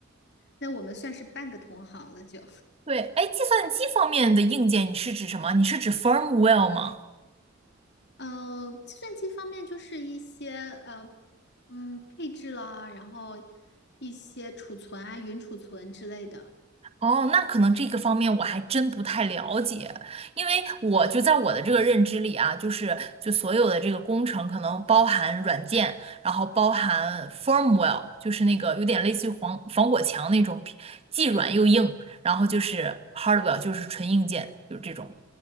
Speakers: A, on the left; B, on the right.
A: 那我们算是半个同行了就。
B: 对，哎，计算机方面的硬件，你是指什么？你是指 firmware 吗？
A: 呃，计算机方面就是一些呃嗯配置啦，然后一些储存啊、云储存之类的。
B: 哦，那可能这个方面我还真不太了解，因为我就在我的这个认知里啊，就是就所有的这个工程可能包含软件，然后包含 firmware，就是那个有点类似于防防火墙那种，既软又硬，然后就是 hardware，就是纯硬件，就是这种。